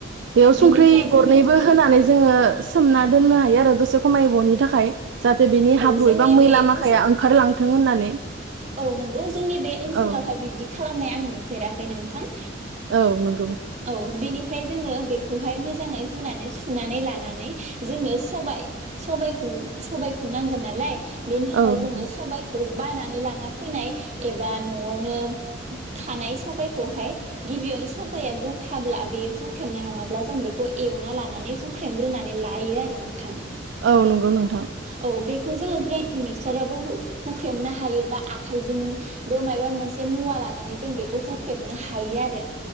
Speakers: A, on the right; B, on the right.
A: बेयाव संख्रि
B: बिनिफ्राय
A: गरनैबो
B: जोङो
A: होनानै जोङो सोमना दोननो हायो आरो दसे खमायबनि थाखाय जाहाथे बिनि
B: औ
A: हाब्रु
B: जोंनि
A: एबा मैला
B: बे
A: माखाया
B: ओनसोल
A: ओंखारलां थों होननानै
B: औ नंगौ जोंनि बे ओनसोलावहाय
A: औ
B: बिबदि खालामनाय आं नुफेराखै नोंथां
A: औ नों
B: औ बेनि फ्राय जोङो बेखौहाय मोजाङै हुनानै सुनानै लानानै जोंनो सबाय सबायखौ नांगोन नालाय बेनि थाखाय
A: औ नंगौ
B: जोङो सबाय बायनानै लाना फैनाय एबा न'आवनो थानाय सबायखौहाय गिबियावनो स सबाय आ गथाब्ला बेयो हुख्रेमनाय नङाब्ला जों बेखौ एवना लानानै हुख्रेमग्रोनानै लायो आरो नोंथां
A: औ नंगौ नोंथां
B: औ बेखौ जोङो ग्रे मिक्सारावबो हुख्रेबनो हायो बा आखाइजोंबो माबा मोनसे मुवा लानानै जों बेखौ हुख्रेबनो हायो आरो